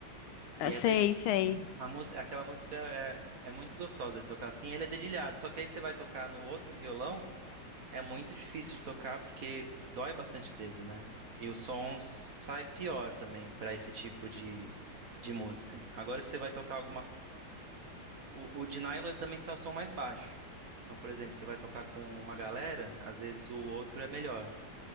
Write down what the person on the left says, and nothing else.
Ah,
sei,
sei.